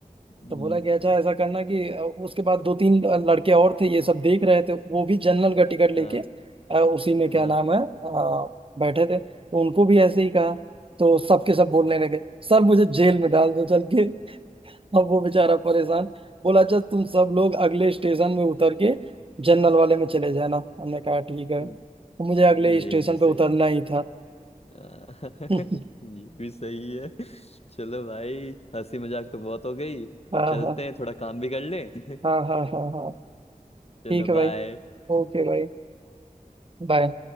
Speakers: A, on the left (about 45°); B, on the right (about 40°).
A: हम्म,
B: तो बोला कि अच्छा ऐसा करना कि अ, उसके बाद दो तीन अ, लड़के और थे ये सब देख रहे थे वो भी जनरल का टिकट लेके
A: हाँ,
B: अ, उसी में
A: हाँ,
B: क्या नाम है अ, बैठे थे तो उनको भी ऐसे ही कहा तो सबके सब बोलने लगे सर मुझे जेल में डाल दो चल के अब वो बेचारा परेशान बोला अच्छा तुम सब लोग अगले स्टेशन में उतर के जनरल वाले में चले जाना हमने कहा ठीक है
A: हम्म,
B: तो मुझे अगले
A: ये
B: स्टेशन
A: भी सही
B: पे उतरना ही था
A: हाँ, <laughs>
B: <laughs>
A: ये भी सही है चलो भाई हंसी मजाक तो बहुत हो गई
B: हाँ
A: अब चलते
B: हाँ
A: हैं थोड़ा काम भी कर लें <laughs>
B: हाँ हाँ हाँ हाँ
A: चलो
B: ठीक है भाई
A: बाय
B: ओके भाई बाय